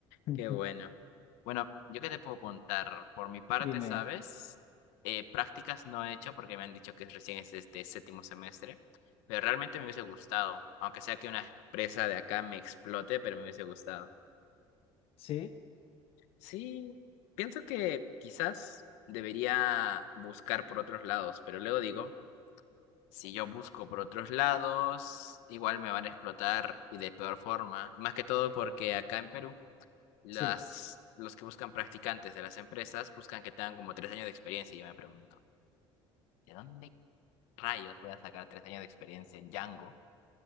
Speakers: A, on the left; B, on the left.
A: <laughs>
B: Qué bueno. Bueno, yo qué te puedo contar. Por mi parte,
A: Dime,
B: ¿sabes? Eh, prácticas no he hecho porque me han dicho que recién es este séptimo semestre, pero realmente me hubiese gustado, aunque sea que una empresa de acá me explote, pero me hubiese gustado.
A: sí,
B: Sí, pienso que quizás debería buscar por otros lados, pero luego digo, si yo busco por otros lados, igual me van a explotar y de peor forma. Más que todo porque acá en Perú, las,
A: sí,
B: los que buscan practicantes de las empresas buscan que tengan como tres años de experiencia y yo me pregunto, ¿de dónde rayos voy a sacar tres años de experiencia en Django?